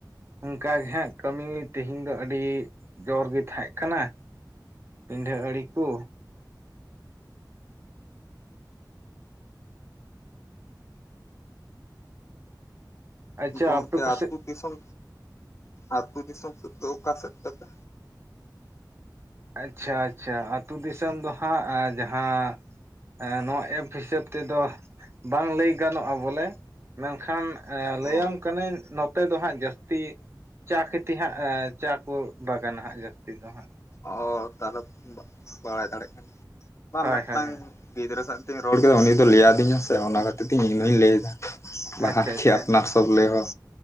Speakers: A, on the right; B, on the left.
A: ᱚᱱᱠᱟ ᱜᱮ ᱦᱟᱸᱜ ᱠᱟᱹᱢᱤ ᱛᱮᱦᱮᱧ ᱫᱚ ᱟᱹᱰᱤ ᱡᱳᱨ ᱜᱮ ᱛᱟᱦᱮᱸ ᱠᱟᱱᱟ ᱯᱤᱸᱰᱷᱟᱹ ᱟᱲᱤᱠ ᱠᱚ ᱟᱪᱪᱷᱟ
B: ᱜᱚᱝᱠᱮ
A: ᱟᱯᱮ ᱠᱚᱥᱮᱫ
B: ᱟᱛᱳ ᱫᱤᱥᱚᱢ ᱟᱛᱳ ᱫᱤᱥᱚᱢ ᱥᱮᱫ ᱫᱚ ᱚᱠᱟ ᱥᱮᱫ ᱛᱟᱯᱮ
A: ᱟᱪᱪᱷᱟ ᱟᱪᱪᱷᱟ ᱟᱛᱩ ᱫᱤᱥᱚᱢ ᱫᱚ ᱦᱟᱸᱜ ᱡᱟᱦᱟᱸ ᱱᱚᱣᱟ ᱮᱯ ᱦᱤᱥᱟᱹᱵᱽ ᱛᱮᱫᱚ ᱵᱟᱝ ᱞᱟᱹᱭ ᱜᱟᱱᱚᱜᱼᱟ ᱵᱚᱞᱮ ᱢᱮᱱᱠᱷᱟᱱ ᱞᱟᱹᱭᱟᱢ
B: ᱚ
A: ᱠᱟᱹᱱᱟᱹᱧ ᱱᱚᱛᱮ ᱫᱚ ᱦᱟᱸᱜ ᱡᱟᱹᱥᱛᱤ ᱪᱟ ᱠᱷᱤᱛ ᱦᱟᱸᱜ ᱪᱟ ᱠᱚ ᱵᱟᱜᱟᱱ ᱦᱟᱜ ᱡᱟᱹᱥᱛᱤ ᱫᱚ ᱦᱟᱸᱜ
B: ᱚ ᱛᱟᱦᱚᱞᱮ ᱵᱟᱲᱟᱭ ᱫᱟᱲᱮᱜ ᱠᱟᱱᱟ ᱵᱟ
A: ᱦᱳᱭ
B: ᱢᱤᱫᱴᱟᱝ
A: ᱦᱳᱭ ᱦᱳᱭ
B: ᱜᱤᱫᱽᱨᱟᱹ ᱥᱟᱶᱛᱤᱧ ᱨᱚᱲ ᱠᱮᱫᱟ ᱩᱱᱤ ᱫᱚᱭ ᱞᱟᱹᱭ ᱟᱹᱫᱤᱧᱟ ᱥᱮ ᱚᱱᱟ ᱠᱷᱟᱹᱛᱤᱨ ᱛᱮ ᱤᱧ ᱦᱚᱸᱧ ᱞᱟᱹᱭ ᱵᱟᱦᱟᱛ
A: ᱟᱪᱪᱷᱟ
B: ᱠᱷᱮ
A: ᱟᱪᱪᱷᱟ
B: ᱟᱯᱱᱟ ᱥᱚᱵᱽ ᱞᱮ ᱟᱭ ᱦᱚᱸ